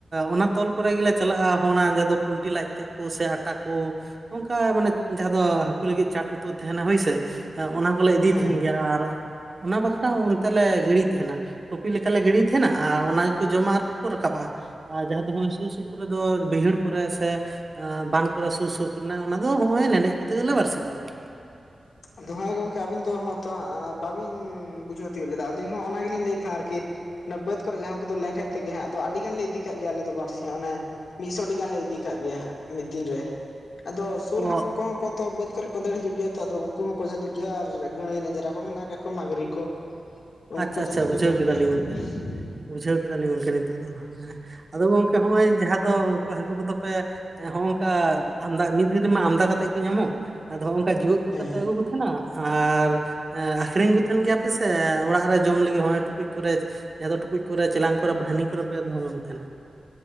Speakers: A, on the right; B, on the left.
A: ᱚᱱᱟ ᱛᱚᱞ ᱠᱚᱨᱮ ᱜᱮᱞᱮ ᱪᱟᱞᱟᱜᱼᱟ ᱦᱚᱜᱼᱱᱟ ᱡᱟᱦᱟᱸ ᱫᱚ ᱯᱩᱞᱴᱤ ᱞᱟᱡᱽ ᱛᱮᱫᱽ ᱠᱚ ᱥᱮ ᱟᱴᱟ ᱠᱚᱼᱼ ᱚᱝᱠᱟ ᱢᱟᱱᱮᱼᱼ ᱡᱟᱦᱟᱸ ᱫᱚ ᱦᱟᱹᱠᱩ ᱞᱟᱹᱜᱤᱫ ᱪᱟᱴ ᱠᱚ ᱛᱩᱫᱽ ᱛᱟᱦᱮᱱᱟ ᱦᱳᱭᱥᱮ ᱚᱱᱟ ᱠᱚᱞᱮ ᱤᱫᱤᱭ
B: ᱦᱮᱸ
A: ᱛᱟᱦᱮᱱ ᱜᱮᱭᱟ ᱟᱨᱼᱼ ᱚᱱᱟ ᱵᱟᱠᱷᱲᱟ ᱚᱱᱛᱮ ᱞᱮ ᱜᱤᱲᱤ ᱛᱟᱦᱮᱱᱟ ᱾ ᱴᱩᱯᱤ ᱞᱮᱠᱟᱞᱮ ᱜᱤᱲᱤᱭ ᱛᱟᱦᱮᱱᱟ ᱟᱨ ᱚᱱᱟ ᱜᱮᱠᱚ ᱡᱚᱢᱟ ᱟᱨ ᱠᱚ ᱨᱟᱠᱟᱵᱼᱟ ᱾ ᱟᱨ ᱡᱟᱦᱟᱸ ᱫᱚ ᱦᱚᱜᱼᱚᱭ ᱥᱩᱨ ᱥᱩᱯᱩᱨ ᱨᱮᱫᱚ ᱵᱟᱹᱭᱦᱟᱹᱲ ᱠᱚᱨᱮ ᱥᱮ ᱵᱟᱸᱱ ᱠᱚᱨᱮ ᱥᱩᱨ ᱥᱩᱨ ᱠᱚᱨᱮ ᱚᱱᱟ ᱫᱚᱼᱼ ᱦᱚᱸᱜᱼᱚᱭ ᱞᱮᱸᱰᱮᱡ ᱠᱚᱛᱮ ᱜᱮᱞᱮ ᱵᱟᱲᱥᱤ ᱠᱚᱣᱟ ᱾
B: ᱟᱫᱚ ᱦᱮᱸ ᱜᱚᱝᱠᱮ ᱟᱵᱤᱱ ᱫᱚ ᱦᱚᱭᱛᱚ ᱵᱟᱹᱵᱤᱱ ᱵᱩᱡᱷᱟᱹᱣ ᱛᱤᱭᱳᱜ ᱞᱮᱫᱟ ᱟᱞᱤᱧ ᱦᱚᱸ ᱚᱱᱟ ᱜᱮᱞᱤᱧ ᱞᱟᱹᱭᱮᱫ ᱛᱟᱦᱮᱸ ᱟᱨᱠᱤᱼᱼ ᱚᱱᱟ ᱵᱟᱹᱫᱽ ᱠᱚᱨᱮ ᱡᱟᱦᱟᱸ ᱩᱱᱠᱩ ᱫᱚ ᱞᱮᱸᱰᱮᱫ ᱛᱮᱜᱮ ᱦᱟᱸᱜ ᱟᱫᱚ ᱟᱹᱰᱤ ᱜᱟᱱ ᱞᱮ ᱤᱫᱤ ᱠᱟᱜ ᱜᱮᱭᱟ ᱟᱞᱮ ᱫᱚ ᱵᱟᱲᱥᱤ ᱚᱱᱮᱼᱼᱼ ᱢᱤᱫᱥᱚ ᱴᱤ ᱜᱟᱱ ᱞᱮ ᱤᱫᱤ ᱠᱟᱜ ᱜᱮᱭᱟ ᱦᱟᱸᱜ ᱢᱤᱫ ᱫᱤᱱ ᱨᱮ ᱾ ᱟᱫᱚ ᱥᱳᱞ
A: ᱚ
B: ᱦᱟᱹᱠᱩ ᱠᱚᱦᱚᱸ ᱠᱚ ᱛᱚ ᱵᱟᱹᱫᱽ ᱠᱚᱨᱮ ᱠᱚ ᱫᱟᱹᱲ ᱦᱤᱡᱩᱜ ᱜᱮᱭᱟ ᱛᱚ ᱟᱫᱚ ᱩᱱ ᱠᱩ ᱦᱚᱸᱠᱚ ᱡᱷᱟᱹᱞᱤᱜ ᱜᱮᱭᱟ ᱟᱨ ᱜᱟᱹᱲᱟᱹᱭ ᱞᱮᱧᱡᱨᱟ ᱠᱚ ᱢᱮᱱᱟᱜ ᱠᱟᱫ ᱠᱚᱣᱟ ᱢᱟᱹᱜᱽᱨᱤ ᱠᱚ ᱾ ᱩᱱᱠᱩ
A: ᱟᱪᱪᱷᱟ
B: ᱠᱚ
A: ᱟᱪᱪᱷᱟ
B: ᱡᱟᱹᱥᱛᱤ
A: ᱵᱩᱡᱷᱟᱹᱣ
B: ᱠᱚ ᱡᱚᱢ
A: ᱠᱮᱫᱟᱞᱤᱧ
B: ᱠᱮᱭᱟ ᱦᱟᱸᱜ
A: ᱜᱚᱝᱠᱮ
B: ᱾
A: ᱵᱩᱡᱷᱟᱹᱣ ᱠᱮᱫᱟᱞᱤᱧ ᱜᱚᱝᱠᱮ ᱱᱤᱛᱚᱜ ᱫᱚ ᱦᱮᱸ ᱟᱫᱚ ᱜᱚᱝᱠᱮ ᱦᱚᱸᱜᱼᱚᱭ ᱡᱟᱦᱟᱸ ᱫᱚ ᱩᱱᱠᱩ ᱦᱟᱹᱠᱩ ᱠᱚᱫᱚ ᱯᱮᱼᱼ ᱮᱸ ᱦᱚᱸᱜᱼ ᱚᱝᱠᱟ ᱟᱢᱫᱟ ᱢᱤᱫ ᱫᱤᱱ ᱨᱮᱢᱟ ᱟᱢᱫᱟ ᱠᱟᱛᱮᱜ ᱜᱮ ᱠᱚ ᱧᱟᱢᱚᱜ ᱾ ᱟᱫᱚ ᱦᱚᱸᱜ ᱚᱝᱠᱟ ᱡᱮᱣᱮᱫ ᱠᱟᱛᱮᱫ
B: ᱦᱮᱸ
A: ᱯᱮ
B: ᱦᱮᱸ
A: ᱟᱹᱜᱩ ᱠᱚ ᱛᱟᱦᱮᱱᱟ ᱟᱨ ᱟᱠᱦᱚᱨᱤᱧ ᱠᱚ ᱛᱟᱦᱮᱱ ᱜᱮᱭᱟ ᱯᱮ ᱥᱮ ᱚᱲᱟᱜᱼᱼ ᱚᱲᱟᱜ ᱨᱮ ᱡᱚᱢ ᱞᱟᱹᱜᱤᱫ ᱦᱚᱸᱜ ᱚᱭ ᱴᱩᱠᱩᱡ ᱠᱚᱨᱮ ᱡᱟᱦᱟᱸ ᱫᱚ ᱴᱩᱠᱩᱡ ᱠᱚᱨᱮ ᱪᱮᱞᱟᱝ ᱠᱚᱨᱮ ᱵᱟᱹᱦᱟᱹᱱᱤ ᱠᱚᱨᱮ ᱯᱮ ᱫᱚᱦ ᱠᱟᱠ ᱛᱟᱦᱮᱱᱟ ᱾